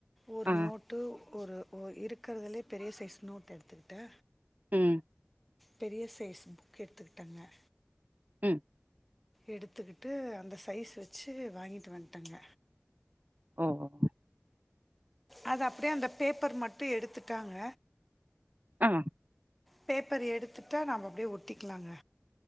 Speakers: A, in the centre; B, on the right (about 45°).
A: ஒரு
B: ஆ.
A: நோட் டு ஒரு ஒர் இருக்கறதுலே பெரிய சைஸ் நோட் எடுத்துக்கிட்டே
B: ம்
A: பெரிய சைஸ் புக் எடுத்துக்கிட்டேங்க
B: ம்
A: எடுத்துக்கிட்டு அந்த சைஸ் வச்சு வாங்கிட்டு வந்துட்டேங்க
B: ம்ம்
A: அது அப்டியே அந்த பேப்பர் மட்டு எடுத்துட்டாங்க
B: ஆ
A: பேப்பர் எடுத்துட்டா நம்ம அப்டியே ஒட்டிக்கலாங்க